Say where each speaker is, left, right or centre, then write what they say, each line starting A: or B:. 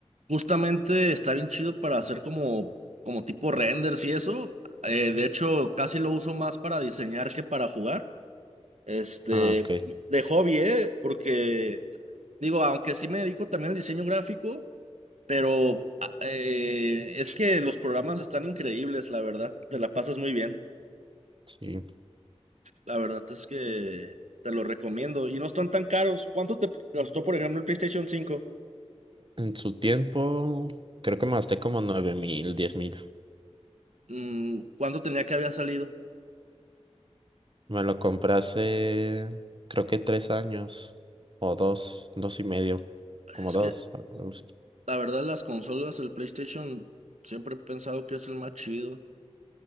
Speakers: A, on the right; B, on the right.
A: justamente está bien chido para hacer como, como tipo renders y eso. Eh, de hecho, casi lo uso más para diseñar que para jugar. Este,
B: Ah, ok,
A: de hobby, ¿eh? Porque, digo, aunque sí me dedico también al diseño gráfico, pero a- eh, es que los programas están increíbles, la verdad. Te la pasas muy bien.
B: sí.
A: La verdad es que te lo recomiendo. Y no están tan caros. ¿Cuánto te costó, por ejemplo, el PlayStation 5?
B: En su tiempo, creo que me gasté como nueve mil, diez mil.
A: Mm, ¿cuándo tenía que había salido?
B: Me lo compré hace, creo que tres años o dos, dos y medio, como
A: Es
B: dos,
A: que
B: al- algo así.
A: la verdad las consolas, el PlayStation, siempre he pensado que es el más chido.